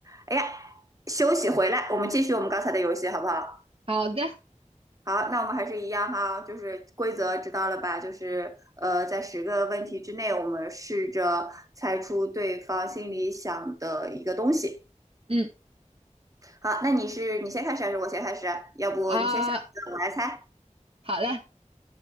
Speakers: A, on the right; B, on the right.
A: 哎呀，休息回来，我们继续我们刚才的游戏，好不好？
B: 好的，
A: 好，那我们还是一样哈，就是规则知道了吧？就是呃，在十个问题之内，我们试着猜出对方心里想的一个东西。
B: 嗯
A: 好，那你是你先开始还是我先开始啊？要不你先想一个，
B: 啊，
A: 我来猜。
B: 好嘞，